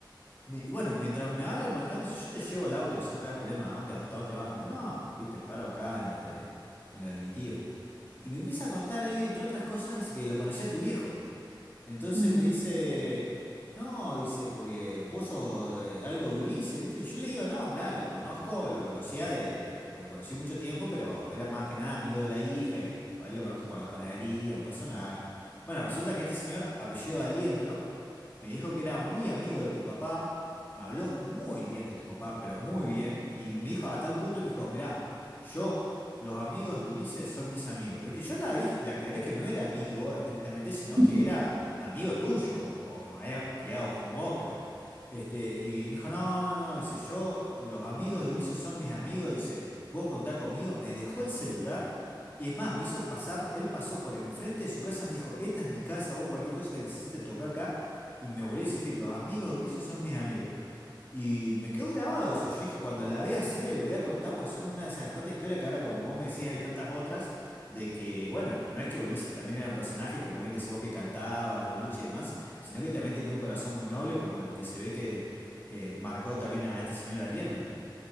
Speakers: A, on the left; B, on the right.
A: me- y bueno, mientras me vas remolcando, si yo te llevo el auto y si no te das problema, ¿a dónde, hasta dónde vas? Le digo, no, viste, paro acá en lo de, en lo de mi tío. Y me empieza a contar ahí, entre otras cosas, dice que lo conocía a tu viejo. Entonces
B: Ujú.
A: me dice, no, dice, porque vos sos eh, algo de Ulises, ¿viste? Y yo le digo, no, mirá, lo conozco, lo conocía de, lo conocí mucho tiempo, pero era más que nada amigo de la hija y ahí lo conozco por la panadería, un personaje. Bueno, resulta que este señor, apellido Aliendro, me dijo que era muy amigo de tu papá, me habló muy bien de tu papá, pero muy bien, y me dijo a tal punto, me dijo, mirá, yo, los amigos de Ulises son mis amigos, ¿viste? Yo la dije, le aclaré que no era amigo estrictamente, sino
B: <clears throat>
A: que era
B: <laughs>
A: amigo tuyo, o me había criado con vos, pero, este, y dijo, no, no, no, dice, yo, los amigos de Ulises son mis amigos, dice, vos contá conmigo, me dejó el celular. Y es más, me hizo pasar, él pasó por enfrente de su casa, me dijo, esta es mi casa, vos cualquier cosa que necesites tocar acá. Y me volvió a insistir, los amigos de Ulises son mis amigos. Y me quedó grabado eso. Yo dije, cuando la vea, se le lo voy a contar, pues son una de esas tantas historias que ahora, como vos me decís, hay tantas otras, de que, bueno, no es que Ulises también era un personaje, como bien decís vos, que cantaba en los boliches y demás, sino que también tenía un corazón muy noble, como el que se ve que eh, marcó también a este señor Aliendro.